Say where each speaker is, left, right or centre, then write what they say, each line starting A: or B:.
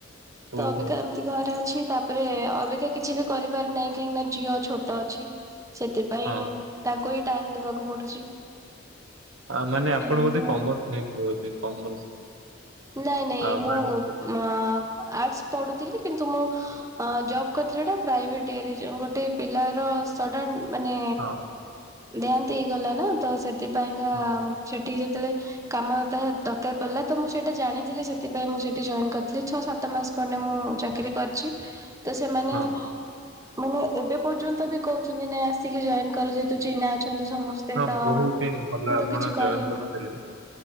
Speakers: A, on the right; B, on the right.
A: ତ
B: ଓହୋ
A: ଅବିକା ଘରେ ଅଛି ତାପରେ ଅବିକ କିଛି ବି କରିବାର ନାହିଁ କାହିଁକି ନା ଝିଅ ଛୋଟ ଅଛି। ସେଥିପାଇଁ
B: ହଁ
A: ତାକୁ ହିଁ ଟାଇମ ଦବାକୁ ପଡୁଛି।
B: ଆ ମାନେ ଆପଣ
A: ଏମିତି
B: ବୋଧେ
A: ଆଉ।
B: କମର୍ସ ନେଇଥିବେ କମର୍ସ।
A: ନାଇଁ ନାଇଁ
B: ଆ
A: ମୁଁ
B: ବାଣିଜ୍ୟ
A: ଆର୍ଟସ୍ ପଢୁଥିଲି କିନ୍ତୁ ମୁଁ ଅ ଜବ୍ କରିଥିଲି ସେଟା ପ୍ରାଇଭେଟି ଏରିଆର ଗୋଟେ ପିଲାର ସ ମାନେ
B: ହଁ
A: ଦେହାନ୍ତ ହେଇଗଲା ନା ତ ସେଥିପାଇଁକା
B: ହଁ
A: ସେଠିକି ଯେତେବେଳେ କାମ ତାହା ଦରକାର ପଡ଼ିଲା ତ ମୁଁ ସେଟା ଜାଣିଥିଲି ସେଥିପାଇଁ ମୁଁ ସେଠି ଜଏନ୍ କରିଥିଲି ଛଅ ସାତ ମାସ ଖଣ୍ଡେ ମୁଁ ଚାକିରୀ କରିଛି। ତ ସେମାନେ
B: ହଁ
A: ମାନେ ଏବେ ପର୍ଯ୍ୟନ୍ତ ବି କହୁଛନ୍ତି ନାଇ ଆସିକି ଜଏନ କର ଯେହେତୁ ଚିହ୍ନା ଅଛନ୍ତି ସମସ୍ତେ
B: ହଁ
A: ତ
B: ବୋହୁତ ହିଁ ଭଲ
A: କିନ୍ତୁ
B: ଆପଣ
A: କିଛି
B: ଜଏନ
A: କରିହଉନି
B: କରିପାରିବେ।